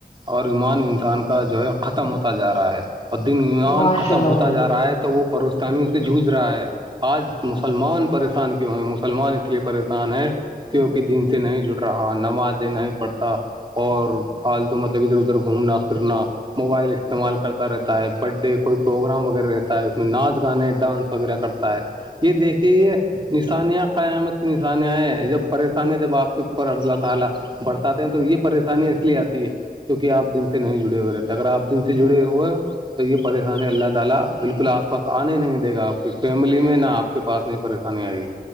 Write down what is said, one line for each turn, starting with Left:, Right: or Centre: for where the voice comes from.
Right: اور ایمان انسان کا جو ہے ختم ہوتا جا رہا ہے اور دن ایمان
Left: ماشاء
Right: ختم
Left: اللہ
Right: ہوتا
Left: بھائی جان
Right: جا رہا ہے تو وہ پریشانیوں سے جوج رہا ہے آج مسلمان پریشان کیوں ہے مسلمان اس لیے پریشان کیونکہ دن سے نہیں جڑ رہا نماز د نہیں پڑھتا اور حال تو مطلب ادھر ادھر گھومنا پھرنا موبائل استعمال کرتا رہتا ہے برتڈ ڈے کوئی پروگرام وغیرہ رہتا ہے اس میں ناچ گانے ڈانس وغیرہ کرتا ہے یہ دیکھییں یہ نشانیاں قیامت کی جب پریشانی جب اپ کے اوپر اللہ تعالی برساتے ہیں تو یہ پریشانییا اس لیے آتی ہے کیونکہ آ دن سے نہیں جڑے ہوئے رہتے اگر آپ دن سے جڑے ہوئے تو یہ پریشانی اللہ تعالی بالکل آس پاس آنے ہی نہیں دے گا آپ کی فیملی میں نہا آپ کے پاس نہیں پریشانی آئے گی